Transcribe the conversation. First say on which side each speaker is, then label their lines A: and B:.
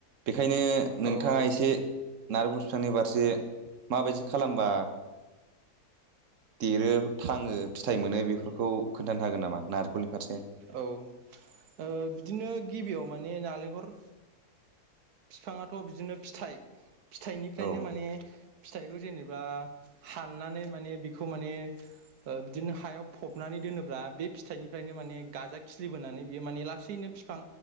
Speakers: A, on the right (about 60°); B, on the right (about 75°).
A: बेखायनो नोंथाङा
B: औ औ
A: एसे नारेंखल फिफांनि बारसे माबायदि खालामबा देरो थाङो फिथाइ मोनो बेफोरखौ खोन्थानो हागोन नामा नारेंखलनि फारसे
B: औ ओ बिदिनो गिबियाव माने नालेंखर बिफाङाथ' बिदिनो फिथाइ फिथाइनिफ्रायनो
A: औ
B: माने फिथाइखौ जेनेबा बा हाननानै माने बिखौ माने ओ बिदिनो हायाव फबनानै दोनोब्ला बे फिथाइनिफ्रायनो माने गाजा खिलिबोनानै बियो माने लासैनो फिफां